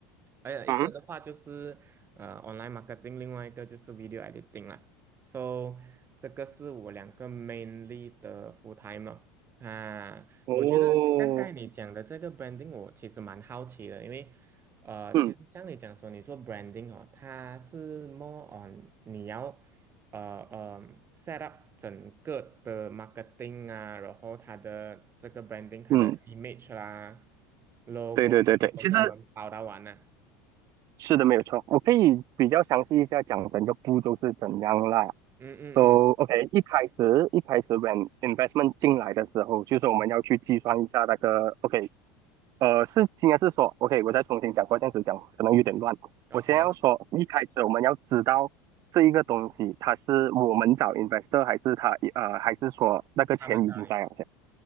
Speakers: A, on the right (about 30°); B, on the right (about 45°).
A: 还有一个的话就是呃
B: 嗯，
A: online marketing，另外一个就是 video editing 啦。So 这个是我两个 mainly 的 full time 哦啊。
B: 哦，
A: 我觉得像刚才你讲的这个 branding，我其实蛮好奇的，因为呃，
B: 嗯
A: 其实像你讲说，你做 branding 哦，它是 more on 你要呃呃 set up 整个的 marketing 啊，然后它的这个 branding 它的
B: 嗯。
A: image 啦、logo
B: 对对对对，
A: 这些都是你们包到完的、
B: 其实是的，没有错。我可以比较详细一下讲整个步骤是怎样啦。
A: 嗯嗯嗯
B: So OK，一开始一开始，when investment 进来的时候，就是我们要去计算一下那个
A: 嗯
B: OK，呃，是应该是说 OK，我再重新讲过，这样子讲可能有点乱。
A: 嗯，OK，
B: 我先要说，一开始我们要知道这一个东西，它是我们找 investor 还是他呃还是说那个钱已经在了，
A: 他们找你